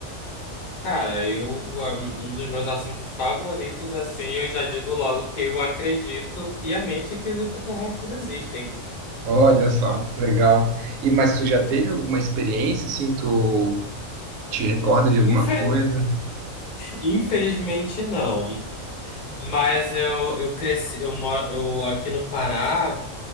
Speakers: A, on the left; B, on the right.
A: Cara, eu, a- um dos meus assuntos favoritos, assim, eu já digo logo que eu acredito piamente que os extraterrestres existem.
B: Olha
A: <laughs>
B: só, que legal. E mas tu já teve alguma experiência assim, tu te recorda de alguma
A: Infeliz-
B: coisa?
A: Infelizmente não. Mas eu, eu cresci, eu moro, eu aqui no Pará.